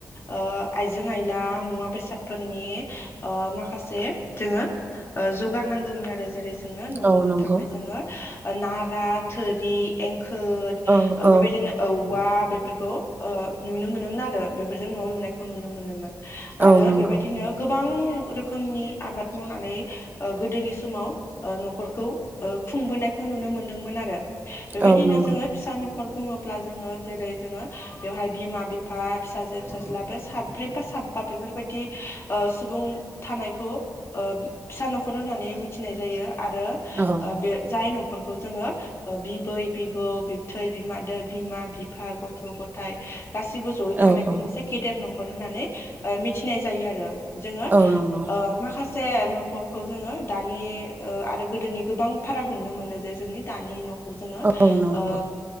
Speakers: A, on the left (about 40°); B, on the right (about 30°).
A: ओ आइजें आइला मुवा बेसादफोरनि ओ माखासे जोङो ओ जगार नांगौमोन आरो जेरै ज जोंनो न'
B: औ
A: लुनो
B: नंगौ
A: थाखाय जोङो नारा थोरि खोर
B: औ औ
A: बेबायदिनो औवा बेफोरखौ ओ नुनो मोनोमोन आरो बेफोरजों न'आव लु खौ नुनो मोनोमोन आरो
B: औ नंगौ
A: बेबायदिनो गोबां रोखोमनि आबाद मावनानै ओ गोदोनि समाव ओ न'खरखौ ओ खुंबोनायखौ नुनो मोनदोंमोन आरो। बेबायदिनो
B: औ नंगौ
A: जोङो फिसा न'खर र बुङोब्ला जोङो जेरै जोङो बेवहाय बिमा बिफा फिसाजो फिसाज्ला साब्रै बा साबा बेफोरबायाददि ओ सुबुं थानायखौ ओ फिसा न'खर होननानै मिथिनाय जायो। आरो
B: औ
A: बे जाय नख न'खरखौ जोङो बिबै बिबौ बिबथै बिमा बिमा बिफा गथ' गथ गथाय गासिबो जयै
B: औ
A: थानायखौ
B: औ
A: मोनसे न'खर होननानै मिथिनाय जायो आरो। जोङो
B: औ नंगौ
A: ओ माखास से न'खरखौ जोङो दानि ओ आरो गोदोनि गोबां फाराग नुनो मोनो जे जोंनि दानि न जोङो
B: औ नंगौ
A: ओ